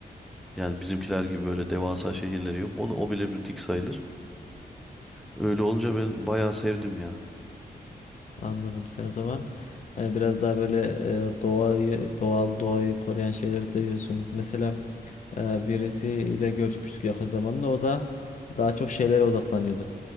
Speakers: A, in the centre; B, on the left.
A: Yani bizimkiler gibi böyle devasa şehirleri yok. O da o bile butik sayılır. Öyle olunca ben bayağı sevdim ya.
B: anladım sen o zaman. Ee, biraz daha böyle e, doğayı, doğal doğayı koruyan şeyleri seviyorsun. Mesela e, birisiyle görüşmüştük yakın zamanda. O da daha çok şeylere odaklanıyordu.